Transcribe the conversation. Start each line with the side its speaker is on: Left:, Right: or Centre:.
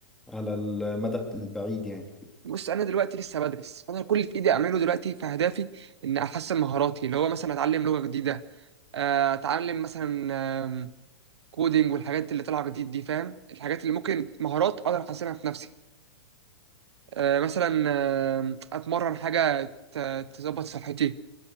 Centre: على المدى البعيد يعني
Right: بص انا دلوقتي لسه بدرس انا كل اللي في ايدي اعمله دلوقتي في اهدافي ان احسن مهاراتي اللي هو مثلا اتعلم لغه جديده آه، اتعلم مثلا آم، كودينج والحاجات اللي طالعه جديد دي فاهم الحاجات اللي ممكن مهارات اقدر احسنها في نفسي آه، مثلا آم، اتمرن حاجه ت- تظبط صحتي